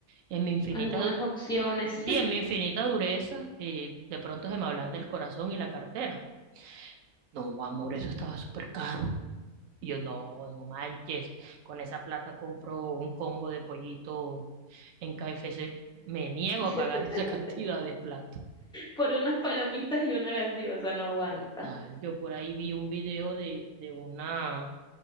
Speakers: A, on the right; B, in the centre.
A: en mi infinita,
B: Algunas
A: du-
B: opciones.
A: sí, en mi infinita dureza, eh, de pronto se me hablan del corazón y la cartera. No, amor, eso estaba súper caro. Y yo, no, no manches, con esa plata compro un combo de pollito en KFC. Me niego
B: <laughs>
A: a pagar esa <laughs> cantidad de plata.
B: Por unas palomitas y una gaseosa no aguanta.
A: Total, yo por ahí vi un video de, de una